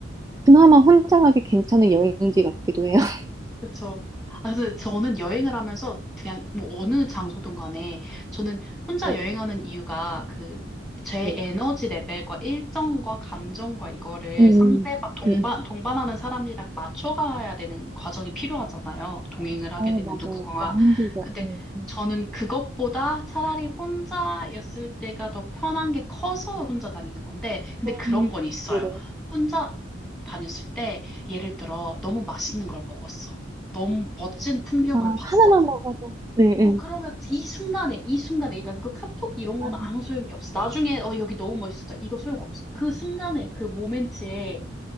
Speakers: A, on the right; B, in the centre.
A: 그나마 혼자 가기 괜찮은 여행지 같기도 해요. <laughs>
B: 그쵸. 아, 근데 저는 여행을 하면서 그냥 뭐 어느 장소든
A: 네,
B: 간에 저는 혼자
A: 네,
B: 여행하는 이유가 그 제
A: 네.
B: 에너지 레벨과 일정과 감정과 이거를
A: 음,
B: 상대방 동반
A: 네.
B: 동반하는 사람이랑 맞춰가야 되는 과정이 필요하잖아요. 동행을 하게
A: 아,
B: 되면
A: 맞아.
B: 누구가.
A: 너무 힘들죠.
B: 근데
A: 네, 네.
B: 저는 그것보다 차라리 혼자였을 때가 더 편한 게 커서 혼자 다니는 건데 근데 그런
A: 음,
B: 건 있어요.
A: 네네.
B: 혼자 다녔을 때 예를 들어 너무 맛있는 걸 먹었어. 너무 멋진 풍경을
A: 아,
B: 봤어.
A: 하나만 먹어도, 네, 네.
B: 어, 그러면 이 순간에, 이 순간에, 그러니까 이거 카톡 이런
A: 아,
B: 건 아무 소용이 없어. 나중에, 어, 여기 너무 멋있었다. 이거 소용없어. 그 순간에, 그 모멘트에